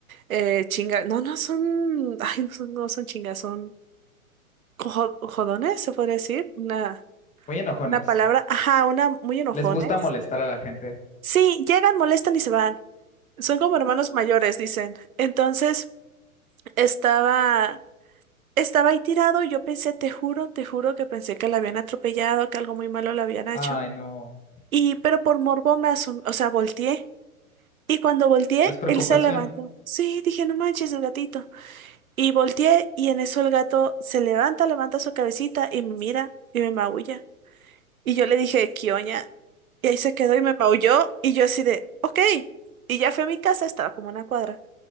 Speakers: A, on the right; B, on the left.
A: eh, chinga, no, no son, <laughs> ay, no son, no son chingas, son jo- jodones, se podría decir, una,
B: muy enojones.
A: una palabra, ajá, una, muy enojones.
B: Les gusta molestar a la gente.
A: Sí, llegan, molestan y se van. Son como hermanos mayores, dicen. Entonces estaba, estaba ahí tirado, yo pensé, te juro, te juro que pensé que la habían atropellado, que algo muy malo le habían hecho.
B: Ay, no.
A: Y, pero por morbo me asum- o sea, volteé. Y cuando volteé,
B: Pues preocupación.
A: él se levantó. Sí, dije, no manches, el gatito. Y volteé y en eso el gato se levanta, levanta su cabecita y me mira y me maulla. Y yo le dije, Kioña. Y ahí se quedó y me maulló y yo así de, ok. Y ya fui a mi casa, estaba como una cuadra.